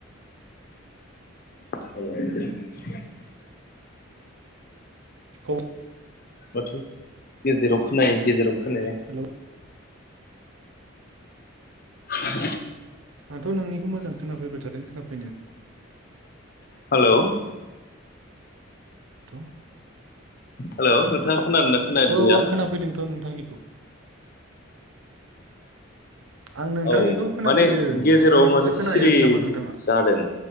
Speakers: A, on the left (about 45°); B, on the right (about 85°).
A: <unintelligible>
B: औ
A: माथो गेजेराव खोनायो गेजेराव खोनाया
B: हेलौ
A: <inaudible>
B: आंथ' नोंनिखौ मोजां खोनाफैबाय थादों खोनाफैनाया
A: हेलौ
B: हेलौ
A: हेलौ नोंथाङा खोनादोंना खोनादिया
B: औ आं खोनाफैदोंथ' नोंथांनिखौ आं नोंथांनिखौ
A: औ
B: खोनाफैदों
A: माने गेजेराव
B: आंनिखौसो
A: माने
B: खोनाहैयाखै
A: सिरि
B: नामा नोंथाङा
A: जादों।